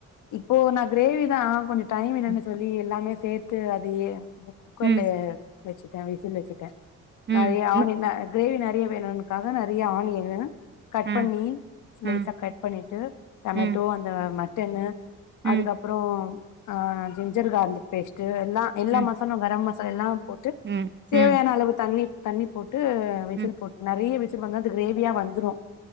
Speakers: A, on the left; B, on the right.
A: இப்போ நா கிரேவிதா கொஞ்சொ டைம் இல்லன்னு
B: ம்
A: சொல்லி எல்லாமே சேத்து அதையே இப குக்கர்லயே
B: ம்
A: வச்சுட்டே விசில் வச்சுட்டே நெறைய
B: ம்
A: ஆனியன
B: ம்
A: ஆட் கிரேவி நெறைய வேணுனுக்காக நெறைய ஆனியன் கட்
B: ஆ
A: பண்ணி ஸ்லைஸா
B: ஆ
A: கட் பண்ணிட்டு டமேட்டோ
B: ம்
A: அந்த மட்டன்
B: ம்
A: அதுக்கப்பறோ அ ஜிஞ்சர் கார்லிக் பேஸ்ட் ட்டு எல்லா எல்லா
B: ம்
A: மசாலாவ் கரம் மசாலெல்லா போட்டு
B: ம்
A: தேவையான
B: ம்
A: அளவு தண்ணி தண்ணி போட்டு விசில்
B: ம்
A: போட்டு நெறைய விசில் வந்தா அது கிரேவியா வந்துரு